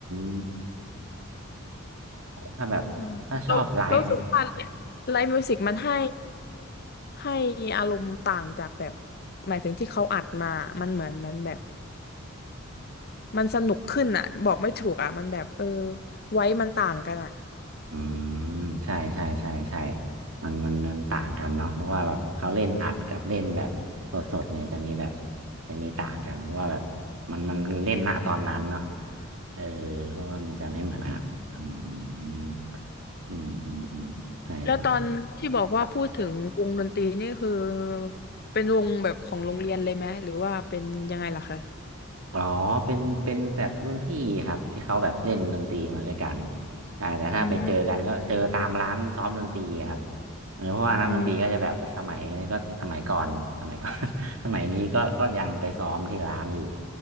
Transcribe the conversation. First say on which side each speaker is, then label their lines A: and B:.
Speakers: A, on the right; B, on the left.
A: มโอ้ถ้าแบบถ้าชอบไลฟ์มัน
B: อืมเราเรารู้สึกว่าไลฟ์มิวสิกมันให้ให้อารมณ์ต่างจากแบบหมายถึงที่เขาอัดมามันเหมือนมันแบบมันสนุกขึ้นอ่ะบอกไม่ถูกอ่ะมันแบบเออไว้มันต่างกันอ่ะ
A: อืมใช่ใช่ใช่ใช่มันมันมันต่างกันเนาะเพราะว่าแบบเขาเล่นอัดกับเล่นแบบสดสดเนี่ยจะมีแบบจะมีต่างกันเพราะว่าแบบมันมันเล่นณตอนนั้นเนาะเออเพราะว่ามันจะไม่เหมือนอัดอืมอืมอืมอืมอืมใช่ค
B: แล้วตอนที่บอกว่าพูดถึงวงดนตรีนี่คือ
A: รับ
B: เป็นวงแบบของโรงเรียนเลยไหมหรือว่าเป็นยังไงล่ะคะ
A: อ๋อเป็นเป็นแบบรุ่นพี่ครับที่เขาแบบเล่นดนตรีมาด้วยกันใช่แต่ถ้าไปเจอกันก็เจอตามร้านซ้อมดนตรีอะครับ
B: อืม
A: เออเพราะว่านักดนตรีก็จะแบบสมัยนี้ก็สมัยก่อนสมัยก่อน
B: อืม
A: <laughs> สมัยนี้ก็ก็ยังไปซ้อมที่ร้านอยู่